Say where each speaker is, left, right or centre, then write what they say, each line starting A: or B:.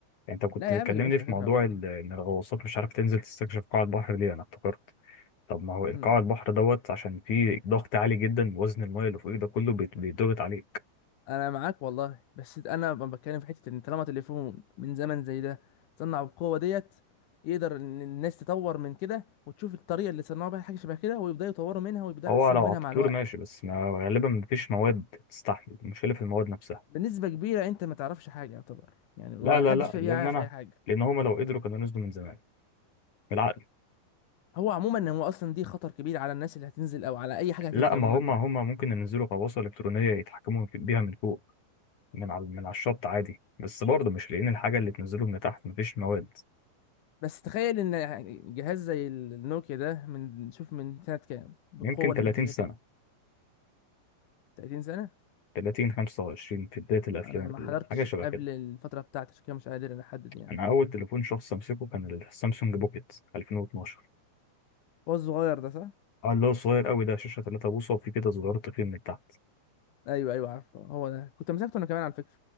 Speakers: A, on the left (about 45°); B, on the left (about 60°).
A: يعني انت كنت
B: لا
A: بتكلمني
B: يا عم ما جبناش
A: في
B: اخرنا
A: موضوع
B: ولا حاجه
A: ال- ان الغواصات مش عارف تنزل تستكشف قاع البحر ليه انا افتكرت طب ما هو
B: امم
A: قاع البحر دوت عشان فيه ضغط عالي جدا وزن المايه اللي فوقيه ده كله بيت- بيتضغط عليك
B: انا معاك والله بس انا ب- بتكلم في حته ان طالما تليفون من زمن زي ده صنع بالقوه ديت يقدر ان الناس تطور من كده وتشوف الطريقه اللي صنعوا بيها حاجه شبه كده ويبداوا يطوروا منها ويبداوا
A: هو
B: يحسنوا
A: لو
B: منها
A: على الطول
B: مع الوقت
A: ماشي بس ما غالبا مفيش مواد تستحمل المشكلة في المواد نفسها
B: بنسبه كبيره انت ما تعرفش حاجه يعتبر يعني ما
A: لا لا
B: حدش
A: لا
B: فيها
A: لان
B: يعرف
A: انا
B: اي حاجه
A: لان هما لو قدروا كانوا نزلوا من زمان بالعقل
B: هو عموما هو اصلا دي خطر كبير على الناس اللي هتنزل او على اي حاجه هتنزل
A: لا ما
B: عموما
A: هما
B: تحت
A: هما ممكن ينزلوا غواصة إلكترونية يتحكموا في- بيها من فوق من على من على الشط عادي بس برضه مش لاقيين الحاجة اللي تنزله من تحت مفيش مواد
B: بس تخيل ان يعني جهاز زي النوكيا ده من شوف من سنة كام بالقوة
A: يمكن 30
B: اللي كان فيها
A: سنة
B: دي 30 سنة
A: 30 25 في بداية الأفلام
B: انا ما حضرتش
A: حاجة شبه
B: قبل
A: كده
B: الفترة بتاعتي عشان كده مش قادر انا احدد يعني
A: أنا أول تليفون شخص أمسكه كان السامسونج بوكيت 2012
B: هو الصغير ده صح؟
A: اه اللي هو صغير قوي ده شاشة 3 بوصة وفي كده صغير تخين من تحت
B: ايوه ايوه عارفه هو ده كنت مسكته انا كمان على فكرة